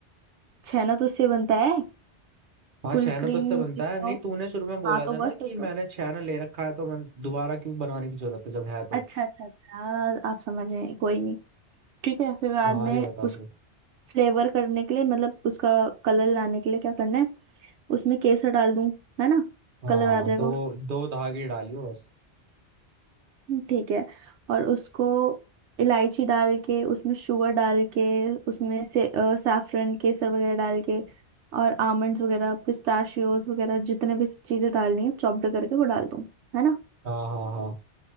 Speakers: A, on the right (about 80°); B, on the right (about 50°).
A: छेना तो उससे बनता है
B: हाँ
A: फुल
B: छैना
A: क्रीम
B: तो इससे बनता
A: मिल्क
B: है नहीं
A: तो
B: तूने शुरू में बोला
A: हाँ तो
B: था
A: बस
B: ना
A: फिर
B: कि मैंने
A: तो
B: छैना ले रखा है तो मैं दोबारा क्यों बनाने की जरूरत है जब है तो
A: अच्छा अच्छा अच्छा आप समझ रहे हैं कोई नहीं ठीक है फिर बाद
B: हाँ आगे
A: में
B: बता
A: उस
B: फिर
A: फ्लेवर करने के लिए मतलब उसका कलर लाने के लिए क्या करना है उसमें केसर डाल दूं है ना
B: हाँ
A: कलर आ जाएगा
B: दो
A: उस
B: दो धागे डालियो बस
A: ठीक है और उसको इलायची डाल के उसमें शुगर डाल के उसमें से अ, saffron केसर वगैरह डाल के और आमंड्स वगैरह पिस्ताशियोज वगैरह जितने भी चीज़ें डालनी है चॉप्ड करके वो डाल दूं है ना
B: हाँ हाँ